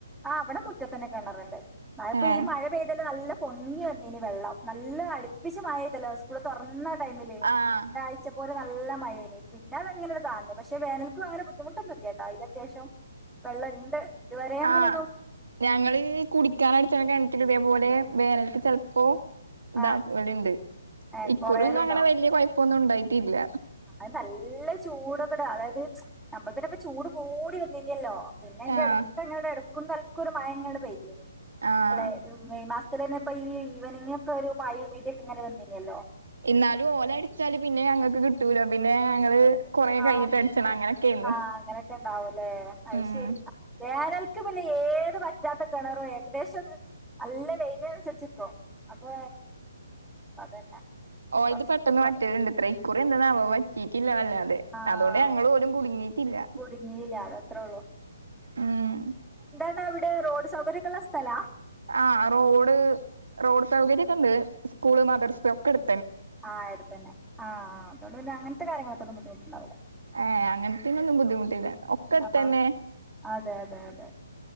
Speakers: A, in the centre; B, on the right.
A: ആ ഇവിടെ മുറ്റത്തന്നെ കെണറുണ്ട് അത് ഇപ്പോ
B: ഏഹ്
A: ഈ മഴ പെയ്തേല് നല്ല പൊങ്ങി വന്നീനി വെള്ളം നല്ല അടുപ്പിച്ച് മയ പെയ്തല്ലോ ഉസ്കൂള് തൊറ ഇന്നാ ടൈമിൽ ഒരാഴ്ച
B: ആഹ്
A: പോലെ നല്ല മയെനി പിന്നെ അതെങ്ങനെങ്ങട് താന്ന് പക്ഷേ വേനൽക്കും അങ്ങനെ ബുദ്ധിമുട്ടൊന്നും ഇല്ല ട്ടോ അയില് അത്യാവശ്യം വെള്ളം ഇണ്ട് ഇതുവരെ അങ്ങനൊ
B: ആഹ് ഞങ്ങള് കുടിക്കാനടിച്ചണ കെണറ്റിൽ ഇതേപോലെ വേനൽക്ക് ചെൽപ്പോ ഇതാക്കലുണ്ട്
A: ആ ഏ,
B: ഇക്കുറൊന്നും
A: കൊറേറുണ്ടോ
B: അങ്ങനെ വല്ല്യ കൊയ ഇപ്പൊന്നും ണ്ടായിട്ടില്ല
A: അത് നല്ല ചൂടൊക്കൊട അതായത് നമ്മൾ തന്നെ പ്പ ചൂട് കൂടി വന്നീനല്ലോ പിന്നെ അയിന്റെ
B: ആഹ്
A: അടുത്തന്നെ <unintelligible> ടക്കും തൽക്കും ഒരു മയങ്ങനെ പെയ്തിനി
B: ആഹ്
A: അല്ല ഇത് മെയ് മാസ ഇപ്പ തന്നെ ഇപ്പ ഈ ഈവനിങ്ങക്കെ ഒരു മയിം ഇടിയൊക്കെ ഇങ്ങനെ വന്നി ന്യല്ലോ
B: ഇന്നാലും ഓല് അടിച്ചാല് പിന്നെ ഞങ്ങൾക്ക് കിട്ടൂല പിന്നെ ഞങ്ങള് കൊറെ
A: ആ
B: കഴിഞ്ഞിട്ട് അടിച്ചണം അങ്ങനൊക്കെന്നു
A: ആ അങ്ങനെയൊക്കെ ഉണ്ടാവല്ലേ അയ്ശെരി
B: ഉം
A: വേ വേനൽക്ക് പിന്നെ ഏത് വറ്റാത്ത കിണറും ഏകദേശം നല്ല വെയിലിനനുസരിച്ചിക്കും അപ്പൊ അതന്നെ
B: ഓൾത്
A: കൊറച്ച്
B: പെട്ടന്ന്
A: കൊറയും
B: വറ്റല്ലിണ്ട് ഇത്രെ കുറേ എന്താന്നാവോ വറ്റീട്ടി ഇല്ലല്ല അതെ
A: ആഹ്
B: അതോണ്ട് ഞങ്ങളും ഓലും കുടുങ്ങീട്ടില്ല
A: കുടുങ്ങിയില്ല അതത്രേ ഉള്ളൂ
B: ഉം
A: നിങ്ങളിവിടെ റോഡ് സൗകര്യോക്കൊള്ള സ്ഥലാ
B: ആ റോഡ് റോഡ് സൗകര്യൊക്കെ ഉണ്ട് സ്കൂള് മദ്റസ് ഒക്കെ അടു
A: ആയടുത്തന്നെ ആഹ് ആഹ് അതുകൊണ്ട്ന്നെ അങ്ങനത്തെ കാര്യങ്ങൾക്കൊന്നും ബുദ്ധിമുട്ടാവൂല
B: ഏ അങ്ങനത്തിനൊന്നും ബുദ്ധിമുട്ടില്ല ഒക്കെ അടുത്തന്നെ
A: ആഹ് അതെ അതെ അതെ